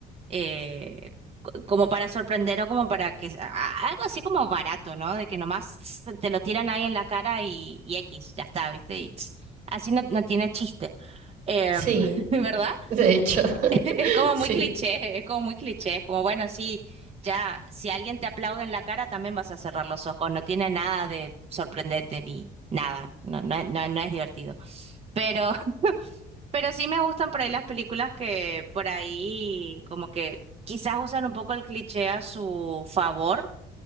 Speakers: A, on the right (about 35°); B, on the right (about 65°).
A: eh, co- como para sorprender o como para que a- algo así como barato, ¿no? De que nomás tss, te lo tiran ahí en la cara y, y X, ya está, ¿viste? Y tss, así no, no tiene chiste. Em,
B: Sí,
A: <laughs> ¿verdad?
B: de
A: <laughs>
B: hecho, <laughs>
A: Es como
B: sí.
A: muy cliché, es como muy cliché, es como bueno, sí, ya, si alguien te aplaude en la cara, también vas a cerrar los ojos, no tiene nada de sorprendente ni nada, no, no, no no es divertido. Pero pero sí me gustan por ahí las películas que por ahí como que quizás usan un poco el cliché a su favor.